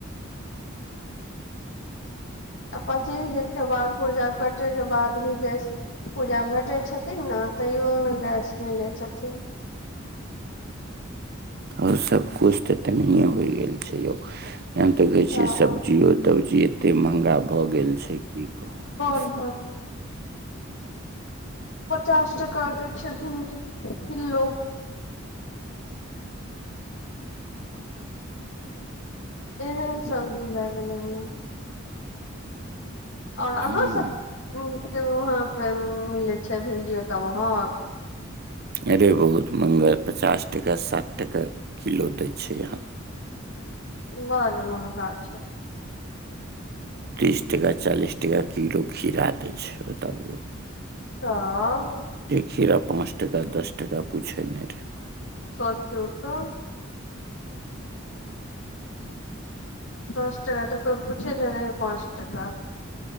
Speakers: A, on the left; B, on the right.
A: आ पच्चीस दिनके बाद पूर्जा कटयके बाद भी गैस पुर्जा भेटै छथिन न तैयो ने गैस मिलै छथिन
B: ओर सभकिछु तऽ तनहिए होइ गेल छै यौ एहन तऽ कहै
A: तऽ
B: छियै सब्जियो तब्जी एते महगा भऽ गेल गेल छै की कहुं
A: बड पचास टाका दै छै भिंडी किललो एहन सबजी भए गेलै ओमे आओर अहाँसभ
B: हूँ
A: ह वहाँ पे मिलै छै भिंडियो तऽ महग
B: अरे बहुत महग पचास टाका साठ टाका किलो दै छै अहाँ
A: बड़ महंगा छै
B: तीस टका चालीस टाका किलो खीरा दै छै तब
A: तब
B: खीरा पाँच टका दस टका पूछै नहि रहै को
A: सच्चौ तऽ दस टाका तऽ कोइ पूछे नहि रहै पाँच टाका